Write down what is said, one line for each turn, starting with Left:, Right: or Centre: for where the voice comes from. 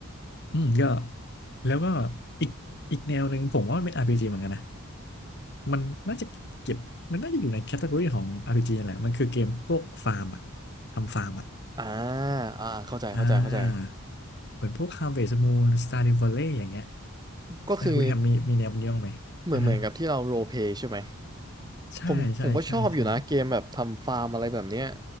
Left: อืมก็แล้วก็อีกอีกแนวหนึ่งผมว่ามันเป็น RPG เหมือนกันนะ มันน่าจะเก็บมันน่าจะอยู่ในแคตตา o r y ของ RPG นั่นแหละ มันคือเกมพวกฟาร์มอะทำฟาร์มอะ
Right: <laughs> อ่าอ่าเข้าใจเข้าใจเข้าใจ
Left: อ่าเหมือนพวก Harvest Moon Stardew Valley อย่างเงี้ย
Right: ก็คือ
Left: อ่าคุณแฮมมีมีแนวมันย่องไหมอ่าฮะ
Right: เหมือนเหมือนกับที่เราโรลเพลย์ใช่ไหม
Left: ใช่ใช่ใช่ใช่
Right: ผมผมก็ชอบอยู่นะเกมแบบทำฟาร์มอะไรแบบเนี้ย